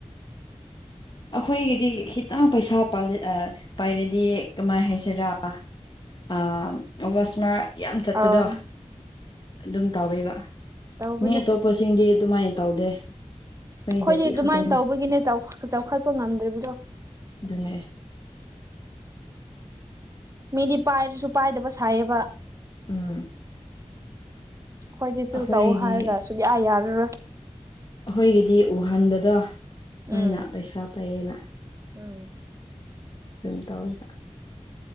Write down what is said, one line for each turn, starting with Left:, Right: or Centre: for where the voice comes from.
Left: ꯑꯩꯈꯣꯏꯒꯤꯗꯤ ꯈꯤꯇꯪ ꯄꯩꯁꯥ ꯄꯟꯗꯤ ꯑꯥ ꯄꯥꯏꯔꯗꯤ ꯀꯃꯥꯏ ꯍꯥꯏꯁꯤꯔꯥ ꯑ ꯑꯥꯋꯥꯁꯃꯥꯔ ꯌꯥꯝ ꯆꯠꯄꯗꯣ
Right: ꯑꯥꯎ
Left: ꯑꯗꯨꯝ ꯇꯧꯋꯦꯕ
Right: ꯇꯧꯕꯅꯦ
Left: ꯃꯤ ꯑꯇꯣꯞꯄꯁꯤꯡꯗꯤ ꯑꯗꯨꯃꯥꯏꯅ ꯇꯧꯗꯦ ꯑꯩꯈꯣꯏ
Right: ꯑꯩꯈꯣꯏꯗꯤ
Left: ꯖꯥꯇꯤ
Right: ꯑꯗꯨꯃꯥꯏꯅ
Left: ꯈꯛꯇꯅꯦ
Right: ꯇꯧꯕꯒꯤꯅꯦ ꯆꯧꯈꯥ ꯆꯥꯎꯈꯠꯄ ꯉꯝꯗ꯭ꯔꯤꯕꯗꯣ
Left: ꯑꯗꯨꯅꯦ
Right: ꯃꯤꯗꯤ ꯄꯥꯏꯔꯁꯨ ꯄꯥꯏꯗꯕ ꯁꯥꯏꯌꯦꯕ
Left: ꯎꯝ
Right: ꯈꯣꯏꯗꯤ ꯇꯨ
Left: ꯑꯩꯈꯣꯏꯒꯤꯗꯤ
Right: ꯇꯧꯑꯣ ꯍꯥꯏꯔꯒ ꯁꯨꯛꯌꯥ ꯌꯥꯔꯔꯣꯏ
Left: ꯑꯍꯣꯢꯒꯤꯗꯤ ꯎꯍꯟꯕꯗꯣ ꯃꯣꯏꯅ
Right: ꯎꯝ
Left: ꯄꯩꯁꯥ ꯄꯩꯌꯦꯅ
Right: ꯎꯝ
Left: ꯗꯨꯝ ꯇꯧꯏꯕꯥ